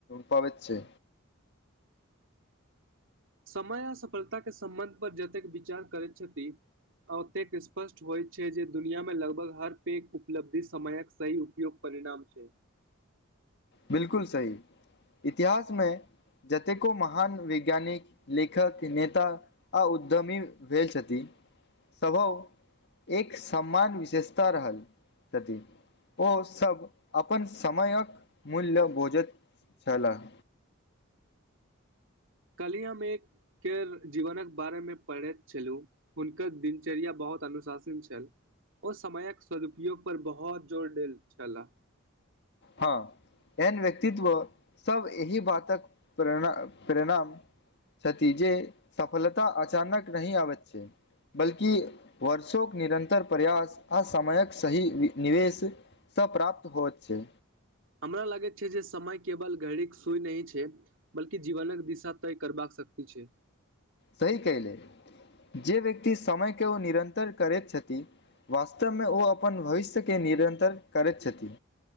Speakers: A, on the left (about 55°); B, on the right (about 65°).
A: पाबैत छै
B: समय आ सफलताके सम्बन्ध पर जतेक विचार करैत छथि ओतेक स्पष्ट होइत छै जे दुनियाँमे लगभग हर पैघ उपलब्धि समयक सही उपयोग परिणाम छै।
A: बिल्कुल सही इतिहासमे जतेको महान वैज्ञानिक लेखक नेता आ उद्यमी भेल छथि सभव एक सम्मान विशेषता रहल छथि ओसभ अपन समयक मूल्य बुझैत छलाह
B: कल्हि हम एक केर जीवनक बारेमे पढ़ैत छलु हुनकर दिनचर्या बहुत अनुशासिन छल ओ समयक सदुपयोग पर बहुत जोर देल छलाह
A: हँ एहेन व्यक्तित्व सब एहि बातक प्रेरणा परिणाम छथि जेे सफलता अचानक नहि आबैत छै बल्कि वर्षोंक निरन्तर प्रयास आ समयक सही निवेश सँ प्राप्त होयत छै
B: हमरा लागैत छै जे समय केवल घड़ी क सुइ नहि छै बल्कि जीवनक दिशा तय करबाक शक्ति छै
A: सही कहलियै जे व्यक्ति समय के ओ निरन्तर करैत छथि वास्तवमे ओ अपन भविष्यके निरन्तर करैत छथि